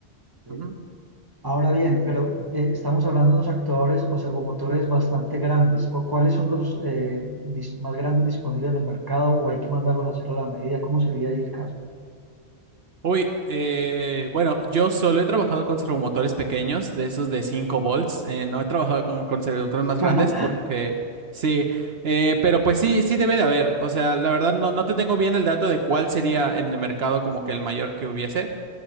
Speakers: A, on the right; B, on the right.
A: ok.
B: Ujú.
A: Ahora bien, pero eh, estamos hablando de unos actuadores o servomotores bastante grandes. ¿Cu- ¿Cuáles son los eh, dis- más grandes disponibles en el mercado o hay que mandarlos a hacer a la medida? ¿Cómo sería ahí el caso?
B: Uy, eh, bueno, yo solo he trabajado con servomotores pequeños, de esos de
A: Ok.
B: 5 volts. eh, no he trabajado con, con servomotores más
A: <laughs>
B: grandes porque sí, eh, pero pues sí, sí debe de haber. O sea, la verdad no, no te tengo bien el dato de cuál sería en el mercado como que el mayor que hubiese.